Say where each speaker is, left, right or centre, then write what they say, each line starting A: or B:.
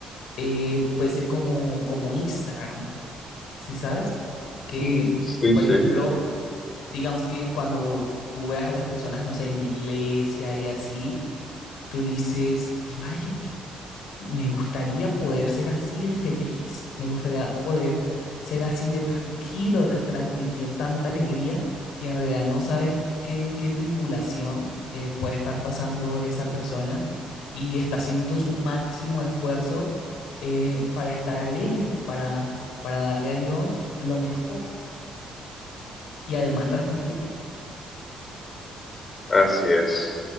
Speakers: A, on the left; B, on the left.
A: eh, fuese como, como Instagram, ¿sí sabes? Que,
B: Mm, Sí,
A: por
B: sí.
A: ejemplo, digamos que cuando tú ves a las personas, no sé, en la iglesia y así, tú dices, rayos. me gustaría poder ser así de feliz, me gustaría poder ser así de tranquilo, de transmitir tanta alegría y en realidad no sabes qué, qué tribulación eh, puede estar pasando esa persona y está haciendo su máximo esfuerzo eh, para estar alegre, para, para darle a Dios lo mejor y además transmitirlo.
B: Así es.